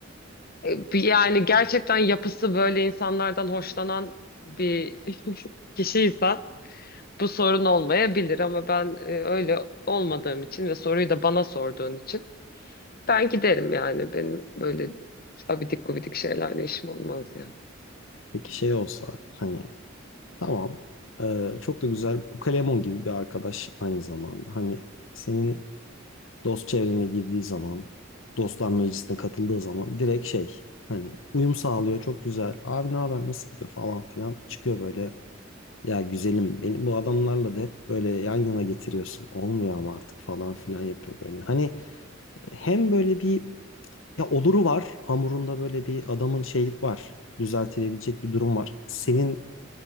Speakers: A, on the left (about 50°); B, on the left (about 75°).
A: E, bir- yani gerçekten yapısı böyle insanlardan hoşlanan bir <laughs> kişiysen bu sorun olmayabilir ama ben e, öyle olmadığım için ve soruyu da bana sorduğun için ben giderim yani. Benim böyle abidik gubidik şeylerle işim olmaz yani.
B: Peki şey olsa hani tamam ee, çok da güzel bu Kalemon gibi bir arkadaş aynı zamanda. Hani senin dost çevrene girdiği zaman, dostlar meclisine katıldığı zaman direkt şey hani uyum sağlıyor çok güzel. Abi ne haber nasıl gidiyor falan filan çıkıyor böyle Ya güzelim beni bu adamlarla da hep böyle yan yana getiriyorsun. Olmuyor ama artık falan filan yapıyor böyle. Hani e, hem böyle bir ya oluru var. Hamurunda böyle bir adamın şeylik var. Düzeltilebilecek bir durum var. Senin